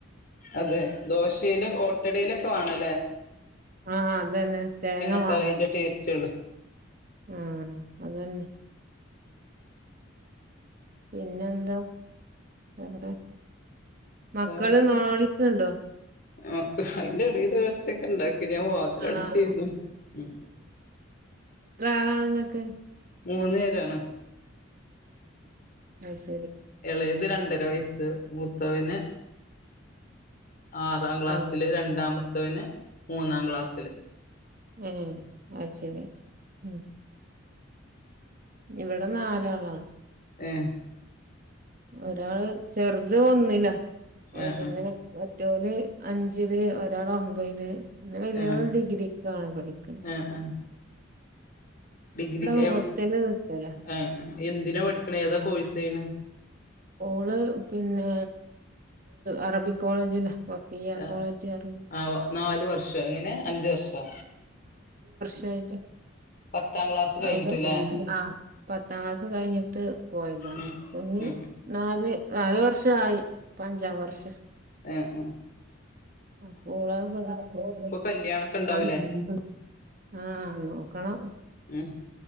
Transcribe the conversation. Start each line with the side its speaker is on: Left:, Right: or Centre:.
Left: അതെ ദോശേല് ഓട്ടടെലൊക്കെ വാണല്ലേ
Right: ആ അതെന്നെ തേങ്ങ
Left: ഇട്ടാലേ
Right: വാണം
Left: അതിന്റെ ടേസ്റ്റ് ഉള്ളു
Right: ഉം അതെന്നെ പിന്നെ എന്താ വേറെ മക്കള്
Left: വേറെ
Right: നോലോളിക്ക്ണ്ടോ
Left: അ അയിന്റെ ടെലൊരൊച്ചക്കെ ണ്ടാക്കി ഞാൻ വാ തിലടചിര്ന്നു
Right: ആഹ്
Left: ഉം
Right: മക്കളാണിങ്ങക്ക്
Left: മൂന്ന് പേരാണ്
Right: അഅ് ശെ
Left: എളയത് രണ്ടര വയസ്സ് മൂത്തവന് ആറാം ക്ലാസ്സില്
Right: ആഹ്
Left: രണ്ടാമത്തോന് മൂന്നാം ക്ലാസ്സില്
Right: ഏ അഅ് ശെരി ഉം ഇവടെനാലാളാ
Left: ഏ
Right: ഒരാള് ചെർത് ഒന്നി ല്ല ഒ
Left: ആഹ്
Right: പിന്നെ റ്റൊല് അഞ്ചില് ഒരാള് ഒമ്പെല് ന്റെ വല്യോള്
Left: ആഹ്
Right: ഡിഗ്രിക്കാണ് പഠിക്ക്‌ ണ്
Left: ആഹ് ആഹ് ആഹ് ഡിഗ്രി
Right: ഹോസ്റ്റലില്
Left: എവ്‌
Right: നിക്കലാ
Left: അ എന്തിനാ പഠിക്കണ് ഏതാ കോഴ് സ് വീണ്
Right: ഓള് പിന്നെ അറബിക് കോളേജിലാ ബഫിയാ
Left: ആഹ്
Right: കോളേജ് പറയും
Left: ആഹ് നാല് വർഷ് എങ്ങനെ അഞ്ചു വർഷോ
Right: <unintelligible>
Left: പത്താം ക്ലാസ് കഴിഞ്ഞിട്ട്ല്ലേ
Right: അവിടെആ പത്താം ക്ലാസ് കഴിഞ്ഞിട്ട് പോയതാ
Left: ഉം
Right: പ്പഞ്
Left: ഉം ഉം
Right: നാല് നാല് വർഷായി പ്പ അഞ്ചാം വർഷാ
Left: എഹ് എഹ്
Right: <unintelligible>
Left: കല്യാണൊക്കെ ഇണ്ടാവൂലേ
Right: ആ നോക്കണം
Left: ഉം